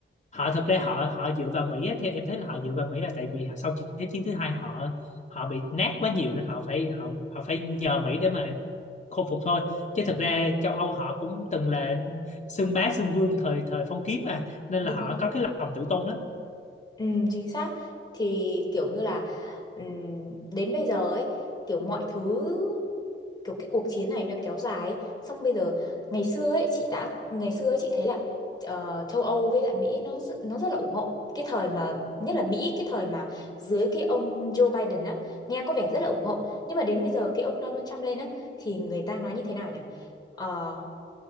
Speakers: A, on the left; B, on the left.
A: họ thực ra họ họ dựa vào Mỹ á, theo em thấy là họ dựa vào Mỹ là tại vì sau Thế chiến thứ hai họ họ bị nát quá nhiều nên họ phải họ họ phải nhờ Mỹ để mà khôi phục thôi chứ thực ra châu Âu họ cũng từng là xưng bá xưng vương thời thời phong kiến mà nên
B: đúng
A: là họ có cái lòng tự tôn lắm
B: ừ, chính xác thì kiểu như là ừm, đến bây giờ ấy kiểu mọi thứ kiểu cái cuộc chiến này nó kéo dài ấy. Xong bây giờ ngày xưa ấy chị đã ngày xưa ấy chị thấy là ờ, châu Âu với lại Mỹ nó rất- nó rất là ủng hộ cái thời mà nhất là Mỹ cái thời mà dưới cái ông Joe Biden á nghe có vẻ rất là ủng hộ nhưng mà đến bây giờ cái ông Donald Trump lên á thì người ta nói như thế nào nhỉ Ờ,